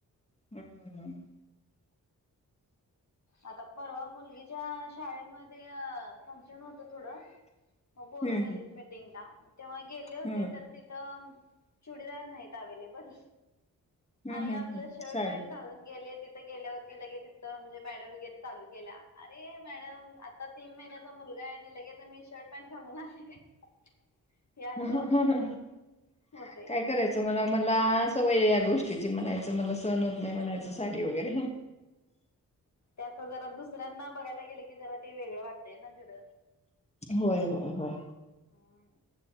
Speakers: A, on the left; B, on the left.
A: हम्म
B: आता परवा मुलगीच्या शाळेमध्ये फंक्शन होतं थोडं मग बोलवलेली
A: हम्म
B: मीटिंग ला तेव्हा गेले होते
A: हम्म
B: तर तिथं चुडीदार नाहीत अवेलेबल हाय
A: हम्म हम्म
B: आपलं शर्ट
A: साडी
B: पॅन्ट घालून गेले ति ते गेल्यावर्ती लगे तिथं म्हणजे वगैरे चालू केल्या अरे मॅडम आता तीन महिन्याचा मुलगा आहे लगेच तुमी शर्ट पॅन्ट घालून आलाय काय हे असं
A: <unintelligible>
B: होते
A: मला सवय या गोष्टीची म्हणायचं मला सण होत नाही
B: हम्म
A: म्हणायचं साडी वगैरे, <unintelligible>
B: त्यांच जरा दुसऱ्यांना बघायला गेले की जरा ते वेगळं वाटतय ना घर् <unintelligible>
A: होय होय होय
B: हम्म.